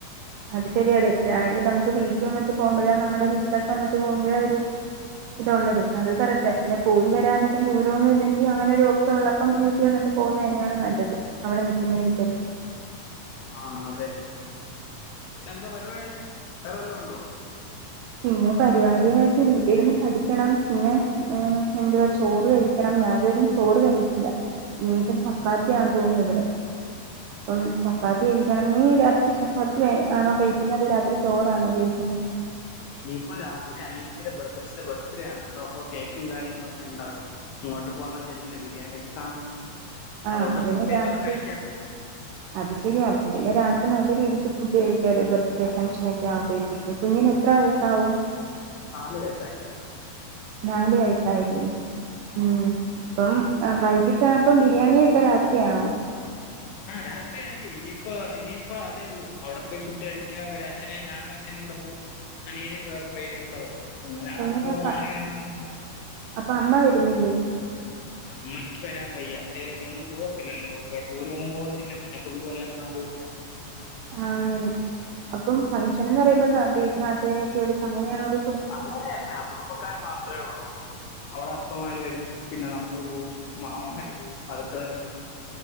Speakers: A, on the right; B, on the left.
A: അത് ശെരിയാടി ഡേയ്ലി നമുക്ക് വീട്ടി വന്നിട്ട് പോവുമ്പഴാ നമ്മുടെ വീട്ടിലൊക്കെ വന്നിട്ട് പോവുമ്പഴാ ഒരു ഇതുള്ളത് അത് കറക്റ്റാ പിന്നെ പോയി വരാധികം ദൂരമൊന്നും ഇല്ലെങ്കി അങ്ങനെ ഒരു റ്റുള്ളപ്പം വീട്ടി വന്നിട്ട് പോകുന്നന്നെയാണ് നല്ലത് അവിടെ നിക്കുന്നീരി
B: ആഹ് അതെ അതെ പിന്നെന്തോ പരിവാടി വേറെ വല്ലോ ഉണ്ടോ
A: പിന്നെ പരിവാടി എന്ന് വെച്ചാ വീട്ടി ഇരുന്ന് പഠിക്കണം പിന്നെ ഹ് എന്തുവാ ചോറ് കഴി ക്കണം ഞാൻ ഇതു വരെം ചോറ് കഴിച്ചില്ല ഇനിയിപ്പം ചപ്പാത്തിയാ തോന്നുന്നു ഇവിടെ
B: <inaudible>
A: അപ്പം ചപ്പാത്തി കഴിക്കണം നീ ളം ഉം ചപ്പാത്തി കഴിക്കണം നീ രാത്രി ചപ്പാത്തി ആണോ കഴിക്കുന്നത് രാത്രി ചോറാണോ കഴിക്കുന്നെ
B: ഇനിയിപ്പോ രാത്രി അനിയത്തിടെ <unintelligible> ബർത്ത്ഡേ ആണ് കേട്ടോ അപ്പൊ കേക്കും കാര്യങ്ങളും ഒക്കെ ഉണ്ട് അവിടെ അങ്ങോട്ട് പോവാന്ന വിജാരിക്കുന്നെ ബിരിയാണിയൊക്കെ കാണും
A: ആഹ്
B: അതു
A: അപ്പൊ
B: കെണ്ടാ
A: പിന്നെ
B: പ്രത്യേകിച്ച്
A: രാത്രി
B: ഒന്നും കഴിക്കാത്തെ <inaudible>
A: അത് ശെരിയാ അപ്പ പിന്നെ രാത്രി നല്ല രീതിക്ക് ഫുഡ് കഴിക്കാലോ ബർത്ത്ഡേ ഫങ്ങ്ഷനൊക്കെ ആവുമ്പൊ <unintelligible> കുഞ്ഞിന് എത്ര വയസ്സാവും
B: നാല് വയസ്സായി
A: നാല് വയസായില്ലേ ഉം അപ്പം അഹ് വൈകിട്ടാവുമ്പം ബിരിയാണിയൊക്കെ രാത്രിയാണോ
B: ആ രാത്രിയായിരിക്കും ഇനിയിപ്പോ ഇനിയിപ്പോ അതേ ഉള്ളൂ അവിടെ ആഹ് രാത്രി ആയിരിക്കും ഇനിയിപോ ഇനിയിപോ അത് അവടപ്പോ‌ ഫുഡ് കഴിക്കാ അവരേം അച്ഛനേം ഞാനും അച്ഛനും കൂടെ പോവും അനിയനും വേറൊരു പയ്യനും കൂടെ വരും അങ്ങന
A: എങ്ങനെയാ
B: മ്മള്
A: അപ്പ
B: നാല് പേരുടെ അങ്ങ് പോം.
A: അപ്പൊ അമ്മ വെര്ന്നില്ലേ?
B: അമ്മയ്ക്ക് വരാൻ വയ്യ അവര് എങ്ങും പോവത്തില്ലല്ലോ ഒരുപാട് ദൂര ഒന്നും പോവത്തില്ല പിന്നെ കൊണ്ട് വരാനും ആരുല്ല.
A: ആഹ് അങ്ങനെ അപ്പം ഫംഗ്ഷൻ എന്ന് പറയുമ്പോ ന നാട്ടാരൊക്കെ വിളിച് അങ്ങനെയാണോത്?
B: അങ്ങനെയല്ല കുടുംബക്കാര് മാത്രെ ഉള്ളൂ. അവളെ അപ്പമാര് വരും പിന്നെ നമ്മള് പോവും മാമമ്മാര് പോവും അതൊക്കെ തന്നെ.